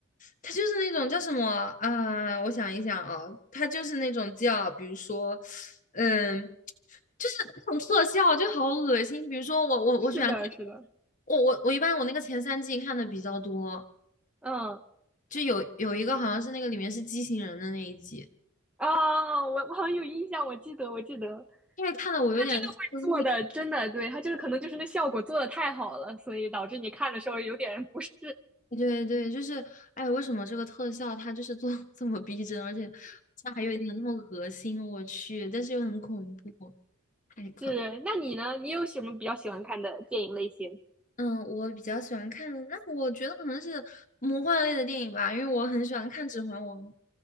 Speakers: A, on the left; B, in the centre.
A: 他就是那种叫什么啊、我想一想啊，他就是那种叫，比如说，嗯，就是那种特效就好恶心。比如说我我我喜欢看
B: 是的，是的，
A: 我我我一般我那个前三季看的比较多，
B: 嗯，
A: 就有有一个好像是那个里面是畸形人的那一集，
B: 啊，我我好像有印象，我记得，我记得。
A: 因为看的我有点生理
B: 他真的会做的，真的，对，他就是可能就是那效果做的太好了，所以导致你看的时候有点不适。
A: 对对，就是哎，为什么这个特效它就是做得这么逼真，而且它还有一点那么恶心，我去，但是又很恐怖，太可怕。
B: 是，那你呢？你有什么比较喜欢看的电影类型？
A: 嗯，我比较喜欢看，那我觉得可能是魔幻类的电影吧，因为我很喜欢看《指环王》。